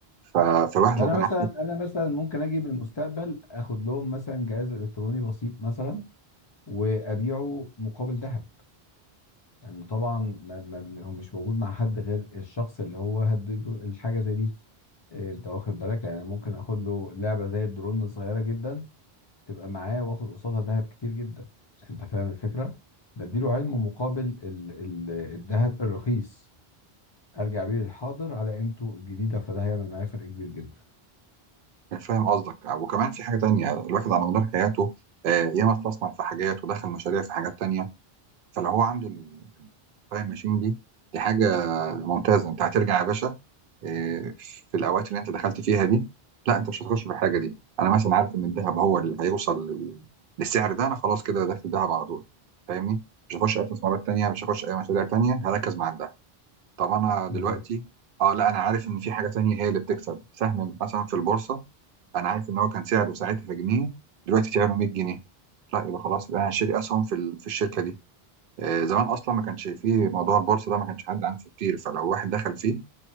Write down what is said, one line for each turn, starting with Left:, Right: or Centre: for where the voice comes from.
Right: ف- فالواحد
Left: فانا
Right: لو كان
Left: مثلا
Right: عنده
Left: انا مثلا ممكن اجي من المستقبل اخد لهم مثلا جهاز الكتروني بسيط مثلا وابيعه مقابل ذهب لان طبعا ما ما هو مش موجود مع حد غير الشخص اللي هو هديله الحاجه زي دي إيه، انت واخد بالك يعني ممكن اخد له لعبه زي الدرون صغيره جدا تبقى معاه واخد قصادها ذهب كتير جدا انت فاهم الفكره بديله علم مقابل ال- ال- الذهب الرخيص ارجع بيه للحاضر على قيمته الجديده فده هيعمل معايا فرق كبير جدا
Right: يعني فاهم قصدك وكمان في حاجة تانية الواحد على مدار حياته آه، ياما استثمر في حاجات ودخل مشاريع في حاجات تانية فلو هو عنده التايم ماشين دي دي حاجة ممتازة انت هترجع يا باشا آه، في الأوقات اللي انت دخلت فيها دي لا انت مش هتخش في الحاجة دي أنا مثلا عارف إن الذهب هو اللي هيوصل لل- للسعر ده أنا خلاص كده داخل دهب على طول فاهمني مش هخش أي استثمارات تانية مش هخش أي مشاريع تانية هركز مع الدهب طب أنا دلوقتي
Left: بالظبط.
Right: اه لا انا عارف ان في حاجه تانية هي اللي بتكسب سهم مثلا في البورصه انا عارف ان هو كان سعره ساعتها في جنيه دلوقتي سعره 100 جنيه لا يبقى خلاص يبقى انا شاري اسهم في ال- في الشركه دي آه، زمان اصلا ما كانش فيه موضوع البورصه ده ما كانش حد عارفه كتير فلو واحد دخل فيه